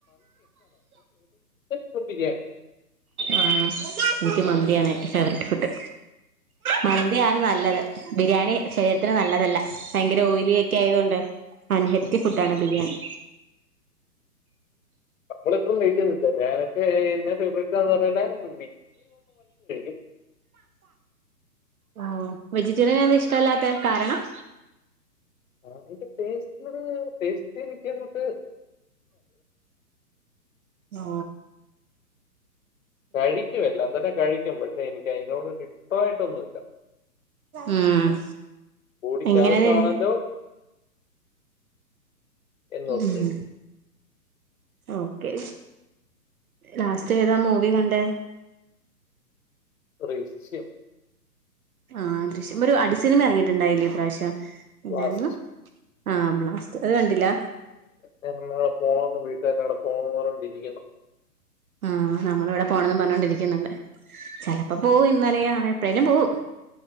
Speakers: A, on the left; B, on the right.
A: ട്ടിജ <unintelligible>
B: ആഹ് എനിക്ക് മന്തിയാണ് എന്റെ ഫേവറെറ്റ് ഫുഡ് മന്തിയാണ് നല്ലത് ബിരിയാണി ശരീരത്തിന് നല്ലതല്ല ഭയങ്കര ഓയിലിയോക്കെ ആയതൊണ്ട് അൻഹെൽത്തി ഫുഡാണ് ബിരിയാണി
A: നമ്മള ഇപ്പളും വെയിറ്റ് ചെയ്‌തിരിക്ക ഞാനൊക്കെ എന്റെ ഫേവററ്റന്ന പറഞ്ഞിട്ട് <unintelligible>
B: ആ വെജിറ്റേറിയൻ എന്താ ഇഷ്ടല്ലാത്തെ കാരണം
A: അതിന്റെ ടെസ്റ്റ് ടെസ്റ്റ് എനിക്കങ്ങോട്ട്
B: ആ
A: കഴിക്കുംഎല്ലാം തന്നെ കഴിക്കും പക്ഷെ എനിക്ക് അഴിനോട് ഇഷ്ടമായിട്ടൊന്നുല്ല
B: ഉം
A: ബോഡിക്കാവശ്യമാണല്ലോ
B: എങ്ങനെ തന്നെ
A: എന്നോർത്ത്
B: ഉം
A: കഴിക്കും
B: ഓക്കെ ലാസ്റ്റ് ഏതാ മൂവി കണ്ടെ
A: ദൃശ്യം
B: ആഹ് ദൃശ്യം ഒരു അടി സിനിമ ഇറങ്ങിട്ടുണ്ടായില്ലേ ഇപ്രാവശ്യം എന്തായിരുന്നു
A: ബ്ലാസ്റ്റ്
B: ആ ബ്ലാസ്റ്റ് അത് കണ്ടില്ല
A: ഞാൻ <unintelligible> പോകണന്ന് പറഞ്ഞൊണ്ടി ഇരിക്കുന്നു
B: ആ നമ്മൾ ഇവിടെ പോണന്ന് പറഞ്ഞോണ്ടിരിക്കുന്നുണ്ട് ചെലപ്പോ പോ ഇന്നലെയാണ് എപ്പോഴേലും പോവും